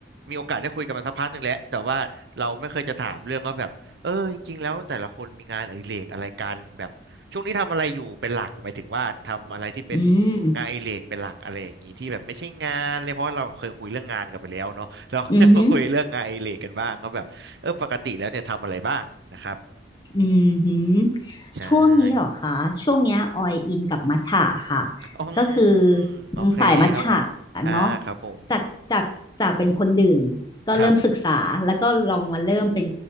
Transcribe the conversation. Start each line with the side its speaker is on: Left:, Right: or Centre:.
Right: มีโอกาสได้คุยกันมาสักพักหนึ่งแล้วแต่ว่าเราไม่เคยจะถามเรื่องว่าแบบเออจริงๆแล้วแต่ละคนมีงานอดิเรกอะไรกันแบบช่วงนี้ทำอะไรอยู่เป็นหลักหมายถึงว่าทำอะไรที่เป็น
Left: อืม
Right: งานอดิเรกเป็นหลักอะไรอย่างนี้ที่แบบไม่ใช่งานเลยเพราะว่าเราเคยคุยเรื่องงานกันไปแล้วเนาะเราก็จะมาคุยเรื่องงานอดิเรกกันบ้างก็แบบเออปกติแล้วเนี่ยทำอะไรบ้างนะครับ
Left: อือหืออือหือ
Right: ใช่
Left: ช่วงนี้เหรอคะ ช่วงเนี้ยออยอินกับมัทฉะค่ะ
Right: อืม
Left: ก็คือ
Right: โอเคครับผม
Left: สายมัทฉะ
Right: อ่าครับผม
Left: เนาะจากจากจากเป็นคนดื่มก็เริ่มศึกษาแล้วก็ลองมาเริ่มเป็น
Right: ครับ